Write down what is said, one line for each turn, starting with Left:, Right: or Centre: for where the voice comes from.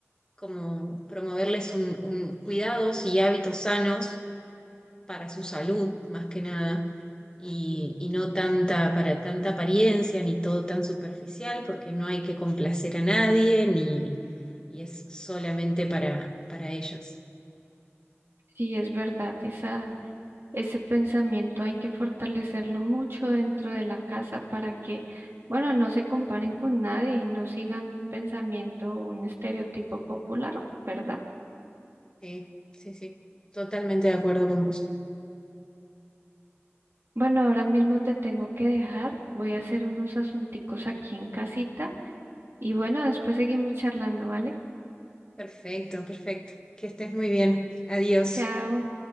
Left: como promoverles un, un cuidados y hábitos sanos para su salud más que nada y, y no tanta para tanta apariencia ni todo tan superficial porque no hay que complacer a nadie ni y es solamente para para ellas.
Right: Sí, es verdad, esa, ese pensamiento hay que fortalecerlo mucho dentro de la casa para que, bueno, no se comparen con nadie y no sigan un pensamiento, un estereotipo popular, ¿verdad?
Left: Sí, sí, sí, totalmente de acuerdo con vos.
Right: Bueno, ahora mismo te tengo que dejar. Voy a hacer unos asunticos aquí en casita y bueno, después seguimos charlando, ¿vale?
Left: Perfecto, perfecto. Que estés muy bien. Adiós.
Right: Chao.